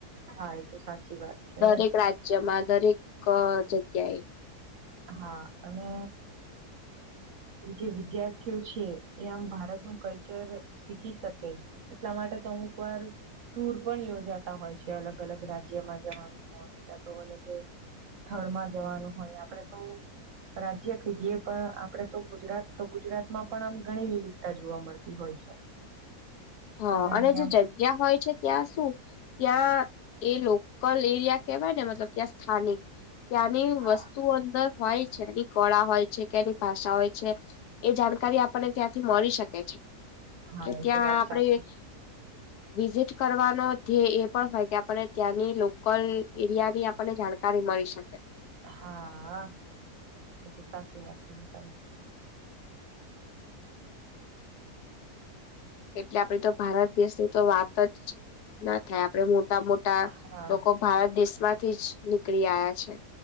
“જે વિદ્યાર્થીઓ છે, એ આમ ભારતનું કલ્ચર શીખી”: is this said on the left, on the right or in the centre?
Right